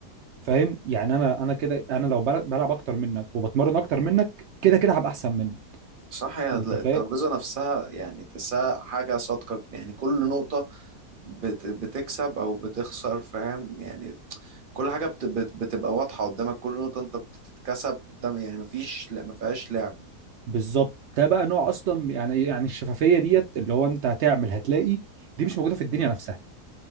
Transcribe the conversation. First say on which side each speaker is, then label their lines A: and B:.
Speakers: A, on the right; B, on the right.
A: فاهم يعني انا انا كده انا لو بل- بلعب اكتر منك وبتمرن اكتر منك كده كده هبقى احسن منك
B: صح هي
A: انت
B: الترابيزة
A: فاهم
B: نفسها يعني تحسها حاجة صادقة يعني كل نقطة بت- بتكسب او بتخسر فاهم يعني كل حاجه بت- بت- بتبقى واضحه قدامك كل نقطه انت بتتكسب قدام يعني مفيش لا ما فيهاش لعب
A: بالظبط ده بقى نوع اصلا يعني يعني الشفافيه ديت اللي هو انت هتعمل هتلاقي دي مش موجوده في الدنيا نفسها